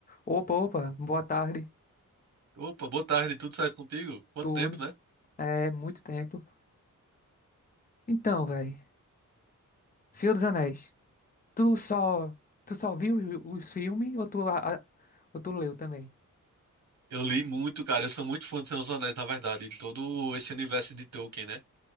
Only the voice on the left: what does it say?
Opa, opa, boa tarde,
tudo.
É muito tempo. Então, velho, Senhor dos Anéis, tu só, tu só viu os os filmes ou tu, a- a- ou tu leu também?